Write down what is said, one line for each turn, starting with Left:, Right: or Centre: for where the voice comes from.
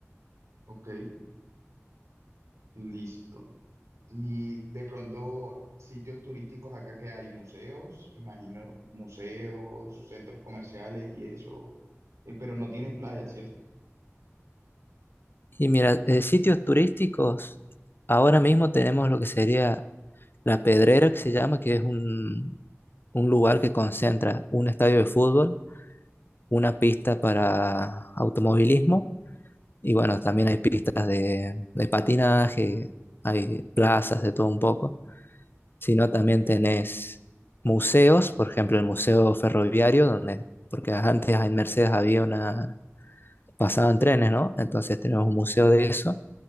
Right: Ok, listo. Y de pronto, sitios turísticos acá que hay museos, me imagino museos, centros comerciales y eso, eh, pero no tienen playa, ¿cierto?
Left: Y mira, eh, sitios turísticos, ahora mismo tenemos lo que sería La Pedrera, que se llama, que es un, un lugar que concentra un estadio de fútbol, una pista para automovilismo Y bueno, también hay pistas de, de patinaje, hay plazas de todo un poco, sino también tenés museos, por ejemplo, el Museo Ferroviario, donde, porque antes en Mercedes había una, pasaban trenes, ¿no? Entonces tenemos un museo de eso.